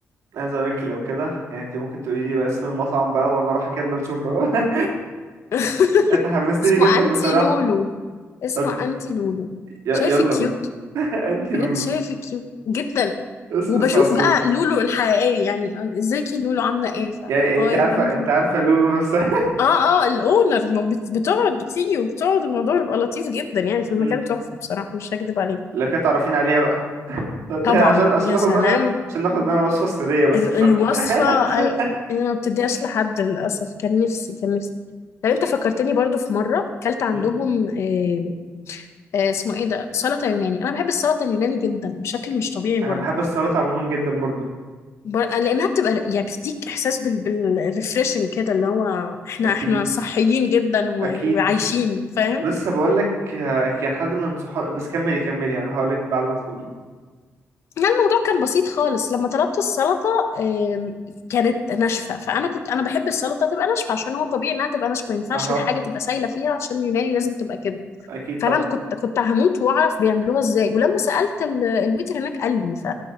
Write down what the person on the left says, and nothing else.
<laughs>
اسمه
انتي
لولو اسمه
انتي لولو
شايف كيوت
بجد شايف كيوت جدا
وبشوف
بقى لولو الحقيقية يعني ازيكي لولو عاملة ايه ف
هاي
الحمد
لله
اه اه الاونر ما بت- بتقعد بتيجي وبتقعد الموضوع بيبقى لطيف جدا يعني
في المكان
تحفة بصراحة مش هكدب عليك
طبعا
يا
سلام
ال-
الوصفة
أيوة، انا ما بتديهاش لحد للأسف كان نفسي كان نفسي طب انت فكرتني برضو في مرة كلت عندهم
آه، آه، اسمه ايه ده سلطة يوناني انا بحب السلطة اليوناني جدا بشكل مش طبيعي برضو
ب... لانها بتبقى يعني بتديك احساس بال... بالريفريشنج كده اللي هو احنا
احنا صحيين جدا و...
وعايشين فاهم
لا الموضوع كان بسيط خالص لما طلبت السلطه آم، كانت ناشفه فانا كنت انا بحب السلطه تبقى ناشفه عشان هو طبيعي انها تبقى ناشفه ما ينفعش
الحاجه تبقى سايله فيها عشان اليوناني لازم تبقى كده
فانا
كنت كنت هموت واعرف بيعملوها ازاي ولما سالت ال... الويتر هناك قال لي ف...